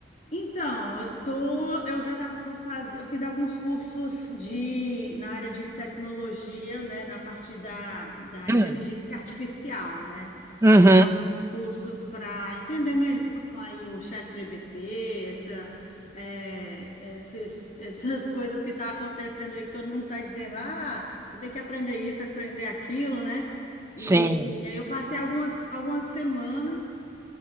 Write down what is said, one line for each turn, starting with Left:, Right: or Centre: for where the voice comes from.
Left: Então, eu tô, eu já estava fazendo, eu fiz alguns cursos de na área de tecnologia, né, na parte da, da
Right: Hum.
Left: inteligência artificial, né?
Right: Uhum.
Left: Fiz alguns cursos para entender melhor aí o ChatGPT, essa, é, esses, essas <laughs> coisas que tá acontecendo aí que todo mundo está dizendo, ah, você tem que aprender isso, aprender aquilo, né? E,
Right: Sim,
Left: e aí eu passei algumas, algumas semanas